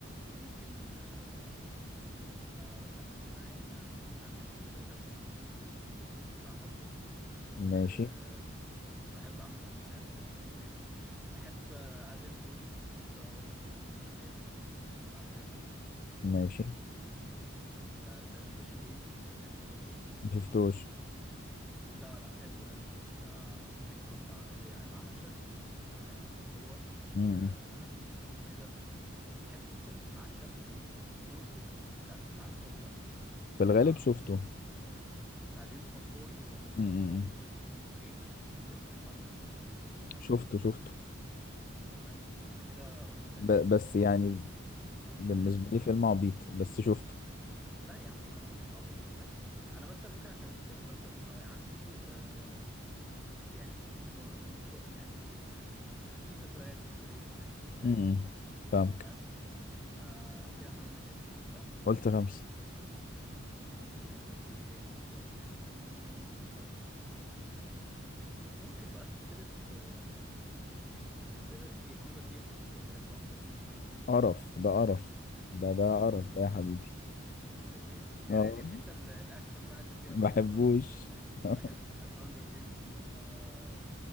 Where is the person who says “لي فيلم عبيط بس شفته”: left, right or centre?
Left